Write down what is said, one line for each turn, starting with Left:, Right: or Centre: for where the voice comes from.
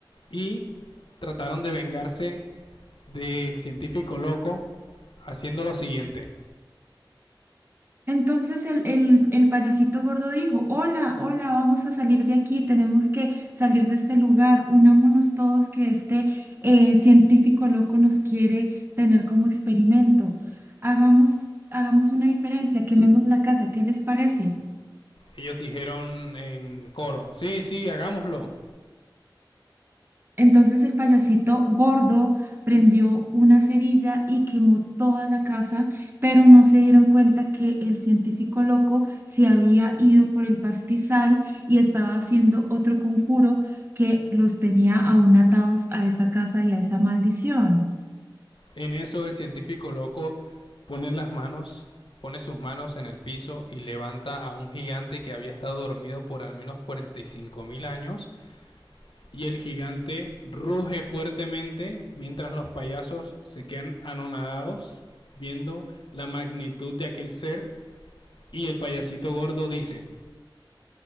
Left: y trataron de vengarse del científico loco haciendo lo siguiente.
Right: Entonces el, el, el payasito gordo dijo, hola, hola, vamos a salir de aquí, tenemos que salir de este lugar, unámonos todos que este eh, científico loco nos quiere tener como experimento. Hagamos, hagamos una diferencia, quememos la casa, ¿qué les parece?
Left: Ellos dijeron en coro, sí, sí, hagámoslo.
Right: Entonces el payasito gordo prendió una cerilla y quemó toda la casa, pero no se dieron cuenta que el científico loco se había ido por el pastizal y estaba haciendo otro conjuro que los tenía aún atados a esa casa y a esa maldición.
Left: En eso el científico loco pone las manos, pone sus manos en el piso y levanta a un gigante que había estado dormido por al menos 45 mil años y el gigante ruge fuertemente mientras los payasos se quedan anonadados viendo la magnitud de aquel ser y el payasito gordo dice